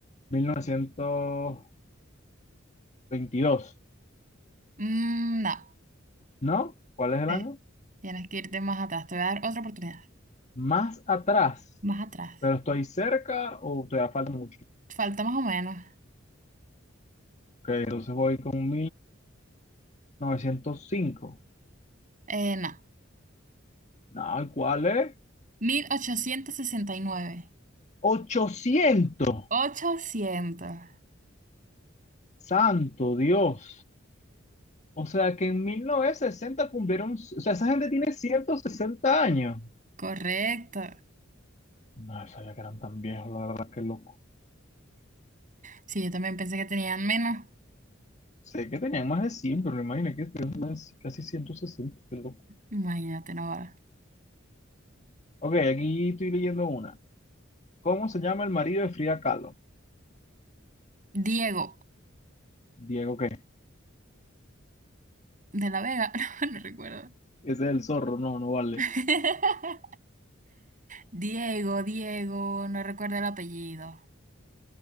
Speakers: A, on the left; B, on the right.
A: mil novecientos veintidós,
B: Mm, no.
A: ¿no? ¿Cuál es el
B: Eh,
A: año?
B: Tienes que irte más atrás. Te voy a dar otra oportunidad.
A: Más atrás,
B: Más atrás.
A: pero estoy cerca o todavía falta mucho.
B: Falta más o menos.
A: Ok, entonces voy con 1905.
B: Eh, no.
A: No, ¿cuál es?
B: mil ochocientos sesenta y nueve.
A: 800.
B: 800.
A: Santo Dios. O sea que en 1960 cumplieron, o sea, esa gente tiene 160 años.
B: Correcto.
A: No sabía que eran tan viejos, la verdad, que loco.
B: Sí, yo también pensé que tenían menos.
A: Sé que tenían más de 100, pero imagina que este es más- casi 160, qué loco.
B: Imagínate, Navarra.
A: Ok, aquí estoy leyendo una. ¿Cómo se llama el marido de Frida Kahlo?
B: Diego
A: Diego, ¿qué?
B: de la Vega, <laughs> no, no recuerdo.
A: Ese es el zorro, no, no vale.
B: <laughs> Diego, Diego, no recuerdo el apellido.